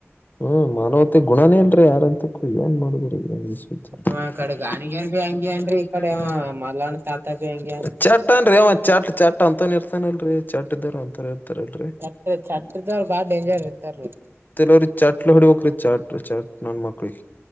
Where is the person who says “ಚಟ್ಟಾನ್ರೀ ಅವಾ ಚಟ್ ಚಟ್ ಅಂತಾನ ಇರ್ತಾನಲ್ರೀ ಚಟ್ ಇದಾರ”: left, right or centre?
Left